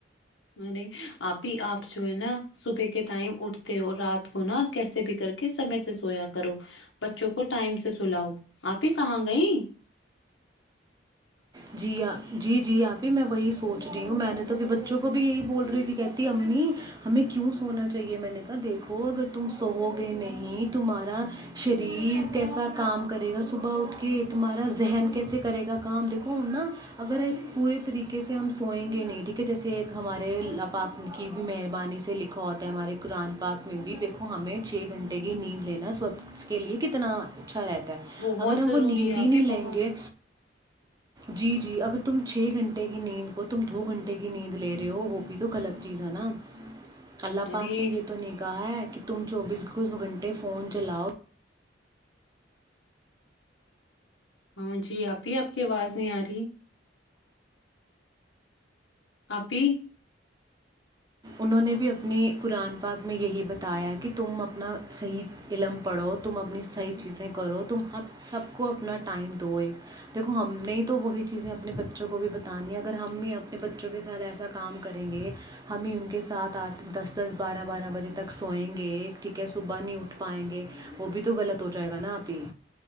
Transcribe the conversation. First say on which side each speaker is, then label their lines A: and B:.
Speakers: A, on the left; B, on the right.
A: ارے آپ ہی آپ جو ہے نا صبح کے ٹائم اٹھتے ہو رات کو نا کیسے بھی کر کے سمے سے سویا کرو بچوں کو ٹائم سے سلاؤ آپ ہی کہاں گئی
B: جی جی جی آپ ہی میں وہی سوچ رہی ہوں میں نے توبھی بچوں کو بھی یہی بول رہی تھی کہتی امی ہمیں کیوں سونا چاہیے میں نے کہا دیکھو اگر تم سو گے نہیں تمہارا شریر کیسا کام کرے گا صبح اٹھ کے تمہارا ذہن کیسے کرے گا کام دیکھو تو نا اگر ایک پورے طریقے سے ہم سوئیں گے نہیں ٹھیک ہے جیسے ایک ہمارے ال پاک کی بھی مہربانی سے لکھا ہوتا ہے ہمارے قرآن پاک میں بھی دیکھو ہمیں چھ گھنٹے کی نیند لینا سوچ کے لیے کتنا اچھا رہتا ہے
A: بہت
B: اگر ہم
A: ضروری
B: وہ نیندی
A: ہے آپی
B: نہیں لیں
A: بہت
B: گے جی جی اگر تم چھ گھنٹے کی نیند کو تم دو گھنٹے کی نیند لے رہے ہو وہ بھی تو غلط چیز ہے نا اللہ
A: ارے
B: پاک نے یہ تو نہیں کہا ہے کہ تم چوبیس کھ گھنٹے فون چلاؤ
A: ہاں جی ابھی آپ کی آواز نہیں آ رہی اپی
B: انہوں نے بھی اپنی قرآن پاک میں یہی بتایا کہ تم اپنا صحیح علم پڑھو تم اپنی صحیح چیزیں کرو تم ہم سب کو اپنا ٹائم دو ایک دیکھو ہم نے تو وہی چیزیں اپنے بچوں کو بھی بتانی ہیں اگر ہم ہی اپنے بچوں کے ساتھ ایسا کام کریں گے ہم ہی ان کے ساتھ آٹھ دس دس بارہ بارہ بجے تک سوئیں گے ٹھیک ہے صبح نہیں اٹھ پائیں گے وہ بھی تو غلط ہو جائے گا نا آپ ہی